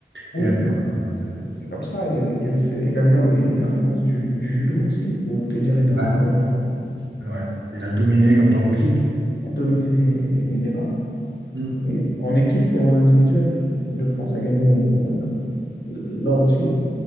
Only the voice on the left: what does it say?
Oui,
oui, non,
c'est c'est comme ça. Il y a eu, il y a eu c'est- également les, les performances du, du judo aussi, où Teddy Riner,
encore une fois,
a dominé les, les- les débats,
et en équipe et en individuel. L'équipe de France a gagné donc, euh, l'or aussi.